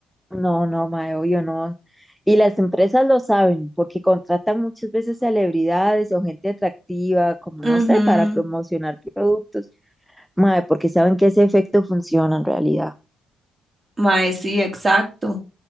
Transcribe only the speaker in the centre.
No, no, mae, obvio no. Y las empresas lo saben, porque contratan muchas veces celebridades o gente atractiva, como
no sé, para promocionar productos. Mae, porque saben que ese efecto funciona en realidad.